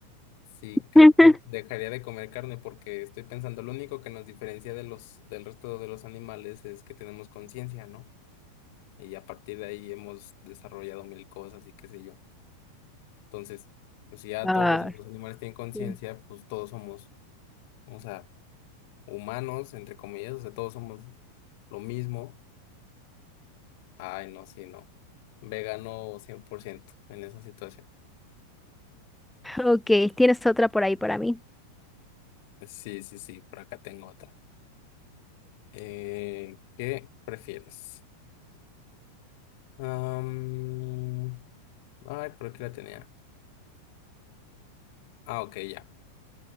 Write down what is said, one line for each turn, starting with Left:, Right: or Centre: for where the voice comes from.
Left: Sí, creo
Centre: <laughs>
Left: que dejaría de comer carne porque estoy pensando, lo único que nos diferencia de los, del resto de los animales es que tenemos conciencia, ¿no? Y a partir de ahí hemos desarrollado mil cosas y qué sé yo. Entonces, pues si ya
Centre: ah,
Left: todos los demás animales tienen conciencia,
Centre: sí.
Left: pues todos somos, o sea, humanos, entre comillas, o sea, todos somos lo mismo. Ay, no, sí, no. Vegano 100% en esa situación.
Centre: Ok, tienes otra por ahí para mí.
Left: Sí, sí, sí, por acá tengo otra. Eh, ¿qué prefieres? Am, ay, por aquí la tenía. Ah, ok, ya.